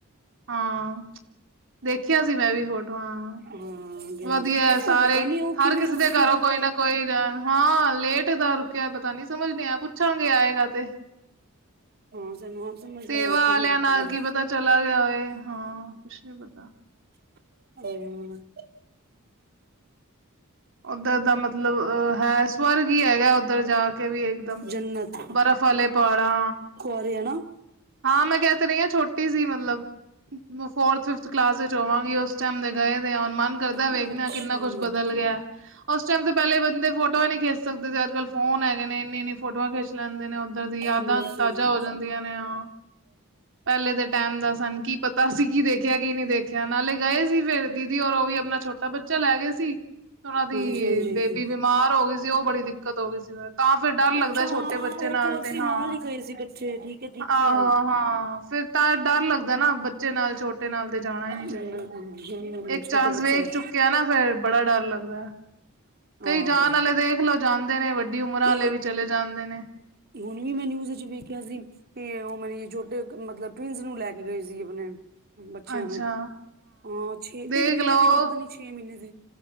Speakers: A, on the right (about 60°); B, on the right (about 45°).
A: ਹਾਂ। ਦੇਖਿਆ ਸੀ ਮੈਂ ਵੀ ਫੋਟੋਆਂ
B: ਹਾਂ ਗਿਆ
A: ਵਧੀਆ
B: ਦਾ
A: ਸਾਰੇ
B: ਉਹ ਪਤਾ ਨੀ ਉਹ
A: ਹਰ
B: ਕਿਵੇਂ
A: ਕਿਸੇ
B: ਰੁਕ
A: ਦਰੋਂ
B: ਗਿਆ ਉੱਪਰ
A: ਕੋਈ ਨਾ ਕੋਈ ਹਾਂ ਲੇਟ ਦਾ ਰੁਕਿਆ ਪਤਾ ਨੀ ਸਮਝ ਨੀ ਆ ਪੁੱਛਾਂਗੇ ਆਏਗਾ ਤੇ
B: ਹਾਂ <unintelligible>
A: ਸੇਵਾ
B: ਆਇਆ ਕਿਵੇਂ
A: ਆਲੇਆਂ
B: ਰੁਕ
A: ਨਾਲ
B: ਗਈ
A: ਕੀ ਪਤਾ ਚਲਾ ਗਯਾ ਹੋਏ ਹਾਂ ਕੁਛ ਵੀ ਪਤਾ।
B: ਼ <unintelligible>
A: ਓੱਧਰ ਦਾ ਮਤਲਬ ਅ ਹੈ ਸਵਰਗ ਈ ਹੈਗਾ ਓਧਰ ਜਾ ਕੇ। ਕੇ ਵੀ ਇੱਕਦਮ
B: ਜੰਨਤ
A: ਬਰਫ਼ ਆਲੇ ਪਾੜਾਂ
B: ਹਰਿਆਣਾ
A: ਹਾਂ ਮੈਂ ਕੈ ਤੇ ਰਈ ਆਂ ਛੋਟੀ ਸੀ ਮਤਲਬ। ਫੋਰਥ-ਫਿਫਥ ਕਲਾਸ ਵਿੱਚ ਹੋਵਾਂਗੀ ਓਸ ਟਾਈਮ ਦੇ ਗਏ ਆ ਮਨ ਕਰਦਾ
B: ਹਮ
A: ਵੇਖਣੇ
B: ਅੱਛਾ
A: ਕਿੰਨਾ ਕੁਛ ਬਦਲ ਗਿਆ। ਓਸ ਟਾਈਮ ਤੇ ਪੈਲੇ ਬੰਦੇ ਫੋਟੋਆਂ ਨੀ ਖੇਚ ਸਕਦੇ ਸੀ ਅੱਜ-ਕਲ ਫੋਨ ਹੈਗੇ ਨੇ ਏਨੀ-ਏਨੀ ਫੋਟੋਆਂ ਖੇਚ ਲੈਂਦੇ ਨੇ ਓਧਰ ਦੀ ਯਾਦਾਂ
B: ਬਿਲਕੁਲ
A: ਤਾਜ਼ਾ
B: ਜੀ।
A: ਹੋ ਜਾਂਦੀਆਂ ਨੇ ਹਾਂ ਪੈਲੇ ਦੇ ਟੈਮ ਦਾ ਸਾਨ ਕੀ ਪਤਾ ਅਸੀ ਕੀ ਦੇਖਿਆ। ਦੇਖਿਆ ਕੀ ਨੀ ਦੇਖਿਆ ਨਾਲੇ ਗਏ ਸੀ ਫਿਰ ਦੀਦੀ ਔਰ ਉਹ ਵੀ ਆਪਣਾ ਛੋਟਾ ਬੱਚਾ ਲੈਗੇ ਸੀ। ਓਨਾਂ ਦੀ
B: ਹਾਂਜੀ ਹਾਂਜੀ
A: ਬੇਬੀ ਬਿਮਾਰ ਹੋਗੀ ਸੀ ਓ ਬੜੀ ਦਿੱਕਤ ਹੋਗੀ ਸੀ ਫੇਰ ਤਾਂ ਫੇਰ ਡੱਰ ਲੱਗਦਾ
B: ਅੱਛਾ ਹਾਂ
A: ਛੋਟੇ ਬੱਚੇ
B: ਉਹ
A: ਨਾਲ
B: ਤੋਂ ਅਸੀਂ
A: ਤੇ ਹਾਂ
B: ਨਾਲ ਹੀ ਗਏ ਸੀ ਇਕੱਠੇ ਠੀਕ ਹੈ ਠੀਕ
A: ਆਹੋ
B: ਹੈ।
A: ਹਾਂ। ਫੇਰ ਤਾਂ ਡਰ ਲੱਗਦਾ ਨਾ ਬੱਚੇ ਨਾਲ ਛੋ ੇ ਨੇ ਨਾਲ ਤੇ ਜਾਣਾ ਈ ਨਈ ਚਾਇਦਾ
B: ਬਿਲਕੁਲ
A: ਇੱਕ
B: ਛੋਟੇ
A: ਚਾਂਸ
B: ਬੱਚੇ
A: ਵੇਖ
B: ਨੇ
A: ਚੁੱਕੇ ਕੇ ਨਾ ਫੇਰ ਬੜਾ ਡਰ ਲੱਗਦਾ ਕਈ
B: ਆਹੋ
A: ਜਾਣ ਵਾਲੇ ਦੇਖਲੋ ਜਾਂਦੇ ਨੇ ਬ ਵੱਡੀ ਉਮਰਾ
B: ਤੇ
A: ਆਲੇ ਵੀ ਚਲੇ ਜਾਂਦੇ ਨੇ।
B: ਹੁਣ ਵੀ ਮੈਂ ਨਿਊਜ਼ ਵਿੱਚ ਵੇਖਿਆ ਸੀ ਕਿ ਓ ਮੇਰੀ ਛੋਟੇ ਮਤਲਬ ਟਿਵੰਸ ਨੂੰ ਲੈ ਕੇ ਗਏ ਸੀ ਅਪਣੇ। ਬੱਚਿਆਂ
A: ਅੱਛਾ
B: ਨੂੰ ਹਾਂ ਛੇ
A: ਦੇਖਲੋ
B: ਤਿੰਨ ਮੀਨੇ ਤੇ ਕੇ ਪਤਾ ਨੀ ਛੇ ਮੀਨੇ ਦੇ